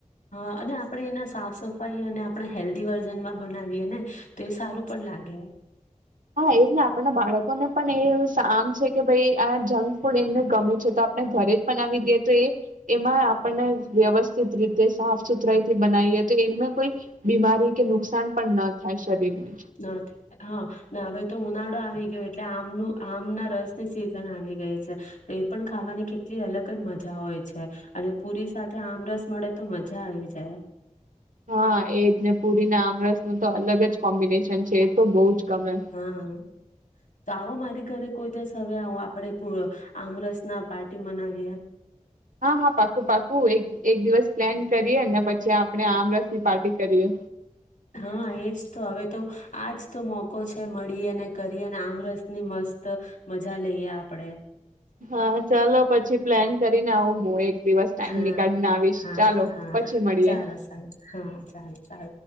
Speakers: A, on the left; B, on the right.
A: હા અને આપણે એના સાફ સફાઈ અને આપણે હેલ્ધી વર્ઝનમાં બનાવીએ ને. તો એ સારું પણ લાગે ને
B: હા એજ ને આપણના બાળકોને પણ એવું શમ છે કે ભાઈ આ જંક ફૂડ એમને ગમે છે, તો આપણે ઘરે જ બનાવી દઈએ તો એ એમાં આપણને વ્યવસ્થિત રીતે સાફ સુથરાઈથી બનાવીએ તો એને કોઈ બીમાારી કે નુકસાન પણ ન થાય શરીર ને
A: ના હા હવે તો ઉનાળો આવી ગયો એટલે આમનું આમ ના રસની સિઝન આવી ગઈ છે, તો એ પણ ખાવાની કેટલી અલગ જ મજા હોય છે, અને પુરી સાથે આમ રસ મળે તો મજા આવી જાય.
B: હા એ જને પુરીને આમરસ ન તો અલગ જ કોમ્બિનેશન છે. એ તો બો જ ગમે
A: હા તો આવો મારી ઘરે કોઈ દિવસ હવે આવું આપડે પ આમરસ ના પાર્ટી મનાવી્યા.
B: હા હા પાકું પાકું એક એક દિવસ પ્લાન કરી અને પછી આપણે આમ રસ કી પાર્ટી કરીએ.
A: હા એજ તો હવે તો આજ તો મોકો છે મળી અને કરી અને આમરસ ની મસ્ત મજા લઈએ આપડણે.
B: હા ચાલો પછી પ્લાન કરીને આવું હું એક દિવસ ટાઈમ
A: હા
B: નીકળીને આવીશ
A: હા
B: ચાલો
A: હા
B: પછી મળીએે.
A: ચાલો ચાલો હા ચાલો ચાલો